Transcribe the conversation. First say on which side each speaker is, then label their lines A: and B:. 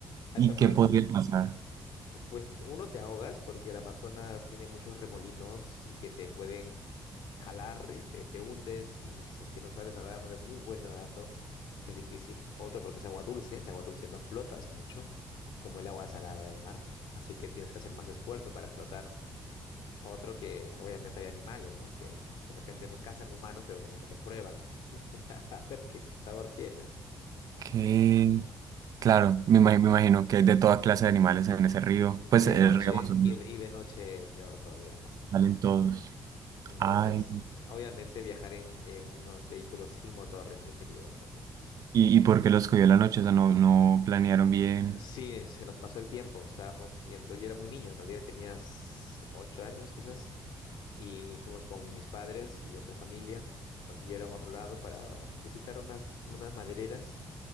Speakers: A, on the left (about 85°); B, on the right (about 55°).
A: Hay
B: y
A: personas
B: qué podría pasar?
A: Pues uno te ahogas porque el Amazonas tiene muchos remolinos y que te pueden jalar y te, te hundes y si es que no sabes nadar, no eres muy bueno nadando, es difícil. Otro porque es agua dulce, el agua dulce no flotas mucho, como el agua salada del mar, así que tienes que hacer más esfuerzo para flotar. Otro que obviamente hay animales, ¿no? Que de repente no cazan humanos, pero como que te prueban <laughs> a ver qué, qué sabor tienes.
B: Que, claro, me imagino, me imagino que hay de toda clase de animales en ese río. Pues
A: Y
B: el
A: de noche,
B: río Amazonas,
A: y de, y de noche peor todavía, ¿no?
B: salen todos.
A: Entonces,
B: Ay,
A: obviamente viajar en, en unos vehículos sin motor es muy peligroso, ¿no?
B: ¿y, y por qué los cogió la noche? O sea, no, no planearon bien.
A: Sí, se nos pasó el tiempo, estábamos yendo, yo era muy niño, en realidad tenía s- ocho años quizás, y fuimos con mis padres y otra familia, nos siguieron a otro lado para visitar unas, unas madereras